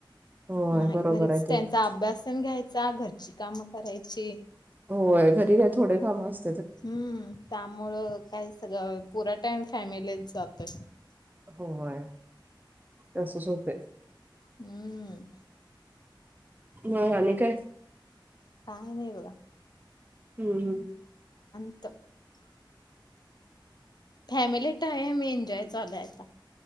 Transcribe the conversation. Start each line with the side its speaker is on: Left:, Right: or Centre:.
Right: होय
Left: नाही
Right: बरोबर
Left: घरीच
Right: आहे ते
Left: त्यांचा
Right: पण.
Left: अभ्यास तेन घ्यायचा चा घरची कामं करायची
Right: होय घरी काय थोडे काम अस
Left: हम्म त्यामुळं काय सगळं पुरा टाईम फॅमिलीला जातय
Right: होय तसच होते
Left: हम्म
Right: हा आणि काय
Left: काय नाही ब गा
Right: हम्म हम्
Left: <inaudible> फॅमिली टाईम एन्जॉय चालूयता